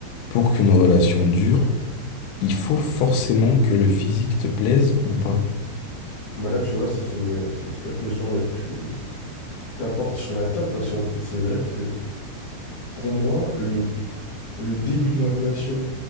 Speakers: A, on the left; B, on the left.
A: pour qu'une relation dure, il faut forcément que le physique te plaise ou pas?
B: Bah là, tu vois, ça, c'est une, c'est une super question là, que tu que t'apportes sur la table parce qu'en fait, c'est vrai que pour moi, le, le début de la relation,